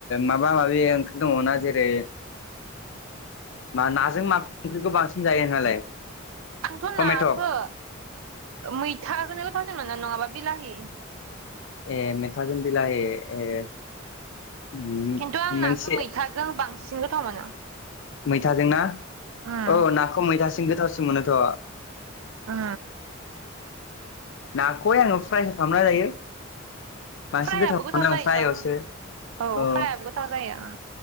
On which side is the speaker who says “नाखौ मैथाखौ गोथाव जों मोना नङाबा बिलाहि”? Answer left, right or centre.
Right